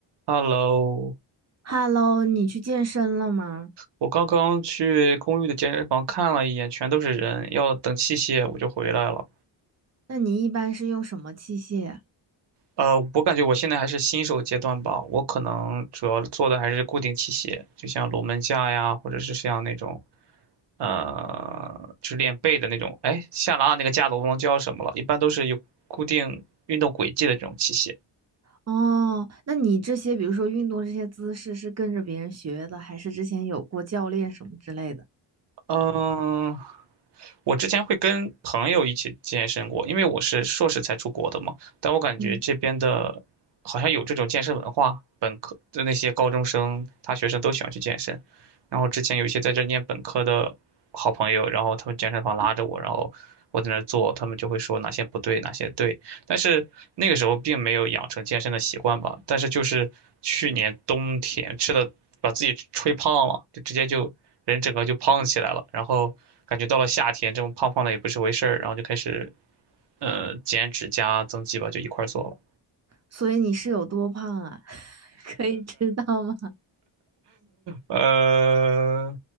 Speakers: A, on the right; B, on the right.
A: Hello，
B: Hello，你去健身了吗？
A: 我刚刚去公寓的健身房看了一眼，全都是人，要等器械我就回来了。
B: 那你一般是用什么器械啊
A: 呃，我感觉我现在还是新手阶段吧，我可能主要做的还是固定器械，就像龙门架呀，或者是像那种，呃，去练背的那种。哎，下拉那个架子我忘了叫什么了，一般都是有固定运动轨迹的这种器械。
B: 哦，那你这些，比如说运动这些姿势，是跟着别人学的，还是之前有过教练什么之类的？
A: 嗯、我之前会跟朋友一起健身过，因为我是硕士才出国的嘛，但我感觉这边的，
B: 嗯，
A: 好像有这种健身文化，本科的那些高中生、大学生都喜欢去健身。然后之前有一些在这念本科的好朋友，然后他们健身房拉着我，然后我在那儿做，他们就会说哪些不对，哪些对，但是那个时候并没有养成健身的习惯吧。但是就是去年冬天吃的，把自己吹胖了，就直接就人整个就胖起来了。然后感觉到了夏天，这么胖胖的也不是回事儿，然后就开始呃减脂加增肌吧，就一块儿做了。
B: 所以你是有多胖啊？<laughs> 可以知道吗？
A: 呃，